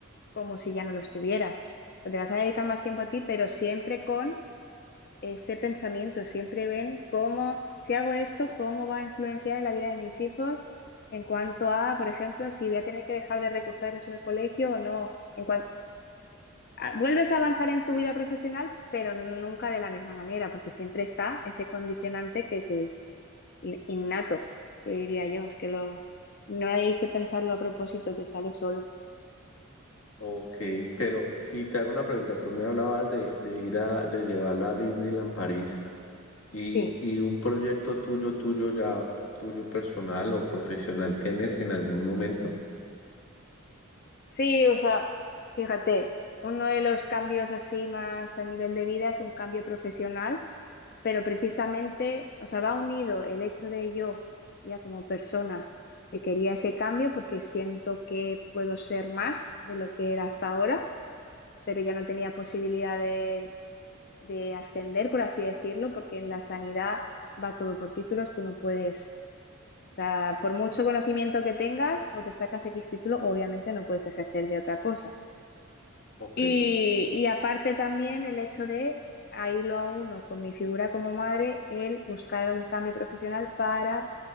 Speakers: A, on the left (about 45°); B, on the left (about 80°).
A: como si ya no lo estuvieras. Te vas a dedicar más tiempo a ti, pero siempre con ese pensamiento, siempre ven cómo, si hago esto, cómo va a influenciar en la vida de mis hijos en cuanto a, por ejemplo, si voy a tener que dejar de recogerlos en el colegio o no. En cuan- a- vuelves a avanzar en tu vida profesional, pero nunca de la misma manera, porque siempre está ese condicionante que, que in- innato, que diría yo, es que lo, no hay que pensarlo a propósito, te sale solo.
B: Ok, pero, y te hago una pregunta, tú me hablabas de, de ir a, de llevarla a Disneyland París y,
A: Sí,
B: y un proyecto tuyo, tuyo ya, tuyo personal o profesional, ¿tienes en algún momento?
A: sí, o sea, fíjate, uno de los cambios así más a nivel de vida es un cambio profesional pero precisamente, o sea, va unido el hecho de yo, ya como persona, que quería ese cambio porque siento que puedo ser más de lo que era hasta ahora, pero ya no tenía posibilidad de, de ascender, por así decirlo, porque en la sanidad va todo por títulos, tú no puedes, o sea, por mucho conocimiento que tengas o te sacas X título, obviamente no puedes ejercer de otra cosa.
B: Ok,
A: Y, y aparte también el hecho de, ahí lo uno con mi figura como madre, el buscar un cambio profesional para